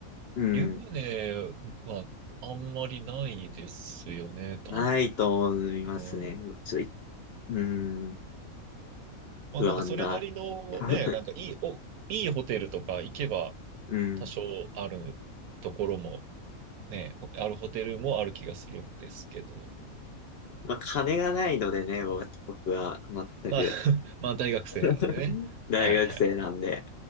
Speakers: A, on the left (about 60°); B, on the right (about 80°).
A: うん。
B: 湯船はあんまりないですよね、多分。
A: ないと思いますね。
B: うん。
A: ちょっと、うん。
B: まあなんかそれなりのね、
A: 不安だ。<laughs>
B: なんかいい、お、いいホテルとか行けば
A: うん。
B: 多少あるところもね、ほあるホテルもある気がするんですけど。
A: まあ金がないのでね、僕は僕は全く。
B: まあ <laughs> まあ大学生なんでね。
A: <laughs> 大学生なんで。
B: はいはい。